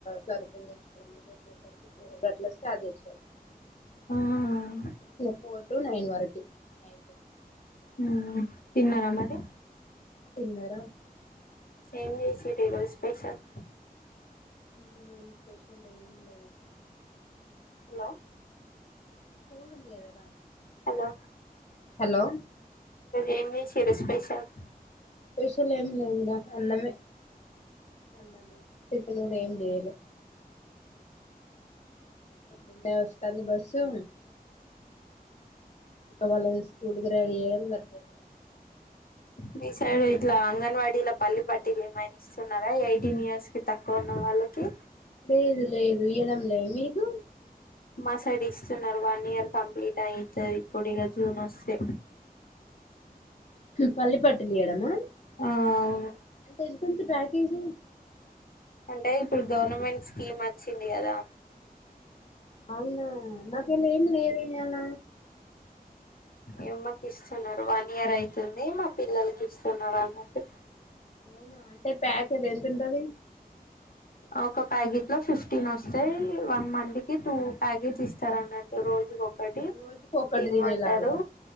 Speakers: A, on the left (about 45°); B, on the left (about 70°).
A: సరుకులు తెచ్చుకోని పెట్టే సరికి ఫోర్ అట్లా స్టార్ట్ చేస్తారు
B: ఉమ్
A: ఫోర్ టూ నైన్ వరకి నైట్
B: హ్మ్ తిన్నరా మరి
A: తిన్నరా
B: ఏం చేసిరు ఈ రోజు స్పెషల్
A: ఈరోజు స్పెషల్ ఏం లేదు
B: హలో
A: స్కూల్ ఉంది కదా
B: హలో
A: హలో
B: ఏం చేసిరు స్పెషల్
A: స్పెషల్ ఏం లేదుడా అన్నమే అన్నము టిఫిన్ ఏం లేలా పొద్దున్నే వవస్తాంది బస్సు ఇక వాళ్ళ స్కూల్కి రెడీ చేయడం సరిపోతుంది
B: మీ సైడు ఇట్లా అంగన్వాడీలా పల్లి పట్టిలు ఏమైనా ఇస్తున్నారా ఎయిటీన్ ఇయర్స్ కి తక్కువ ఉన్న వాళ్ళకి
A: లేదు లేదు ఇయడం లే మీకు
B: మా సైడ్ ఇస్తున్నారు వన్ ఇయర్ కంప్లీట్ అయితది ఇప్పుడు ఇక జూన్ వస్తే
A: పల్లి పట్టిలు ఇయడమా
B: ఆ అవును
A: తు మంత్ ప్యాకేజి
B: అంటే ఇప్పుడు గవర్నమెంట్ స్కీమ్ వచ్చింది కదా
A: అవునా మాక్ అలా ఏం లేదు ఇయాల
B: ఏమ్మకి ఇస్తున్నారు వన్ ఇయర్ అయితుంది మా పిల్లలకి ఇస్తున్నారు అన్నట్టు
A: అవునా అంటే ప్యాకెట్ ఎంత ఉంటది
B: ఒక ప్యాకెట్ లో ఫిఫ్టీన్ వస్తాయి వన్ మంత్ కి టూ ప్యాకెట్ ఇస్తారు అన్నట్టు రోజు ఇది ఒకటి
A: రోజుకు ఒకటి
B: తినమంటారు
A: తినేలాగా